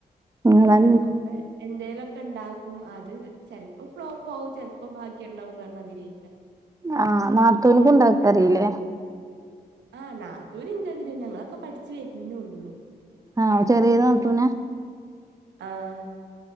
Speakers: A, on the right; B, on the right.
A: നിങ്ങളെ
B: അപ്പെ എന്തേലൊ ക്ക ഉണ്ടാക്കും അത് ചെൽപ്പ ഫ്ലോപ്പ്ആവും ചെൽപ്പം ഭാഗ്യണ്ടാവുംന്നർഞാതിരി
A: ആഹ് നത്തൂൻക്കു ഉണ്ടാക്കഅറീലെ
B: ആഹ് നാത്തൂന് ഇന്റാതിരിന്നെ ഞങ്ങളൊക്കെ പഠിച്ചുവര്നൊള്ളൂ
A: ആഹ് ചെറീനാത്തൂന
B: ആഹ്